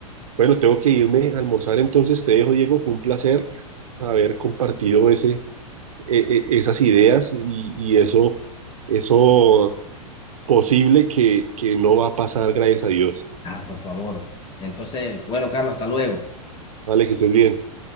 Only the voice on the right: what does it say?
bueno, tengo que irme a almorzar, entonces te dejo, Diego. Fue un placer haber compartido ese, e- e- esas ideas y, y eso, eso posible que, que no va a pasar, gracias a Dios.
Vale, que estés bien.